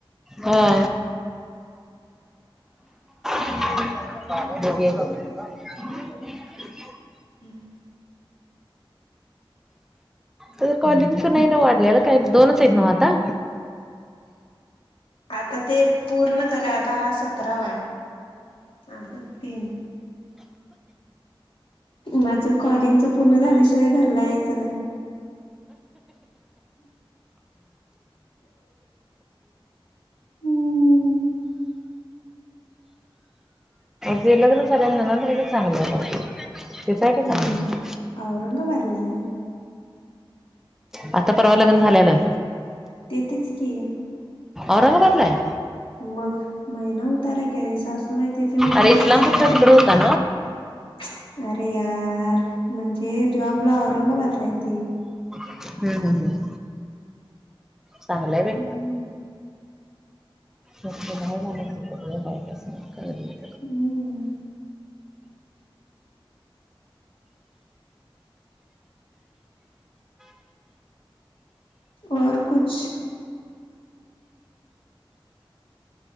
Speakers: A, in the centre; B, on the left.
A: हा.
B: <inaudible>
A: <unintelligible>
B: हम् <unintelligible>
A: तर कवालिजीच नाही ना वाढलेला काय दोनच आहेत ना आता.
B: आता ते पूर्ण झाले आता. सतरा वय अठज तीन. माझं कॉलिंग च पूर्ण झाल्यावा शिवाय घरला यायचं नाही. हम्म <inaudible>
A: तेे लग्न झालेला ना, <unintelligible> चांगलं आता. आहे का चांगलं
B: हम्म औरंगाबादलाय?
A: आता परवा लग्न झालेलं.
B: ते तेथच की.
A: औरंगाबादलाय?
B: मग महिना होत आलाय क सासूबाई त्याच्या बरोबरच
A: अरे इस्लामपूरच्या
B: आहे सांगितलं
A: तिकडे
B: ना.
A: होता
B: पच, अरे यार म्हणजे जॉबला औरंगाबादला ये ती.
A: हम्म हम् हम् चांगलंय बाय.
B: हम्म.
A: बाहेर झा बायक <inaudible>
B: हम्. और कुछ?